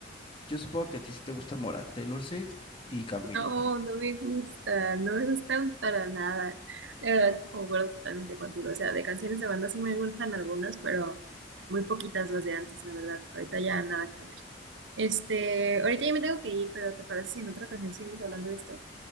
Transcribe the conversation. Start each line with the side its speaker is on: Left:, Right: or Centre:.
Left: Yo supongo que a ti sí te gusta Mora, Taylor Swift y Camilo.
Right: No, no me gusta, no me gustan para nada. De verdad, concuerdo totalmente contigo. O sea, de canciones de banda sí me gustan algunas, pero muy poquitas las de antes, la verdad. Ahorita ya nada que ver. Este, ahorita ya me tengo que ir, pero ¿te parece si en otra ocasión seguimos hablando de esto?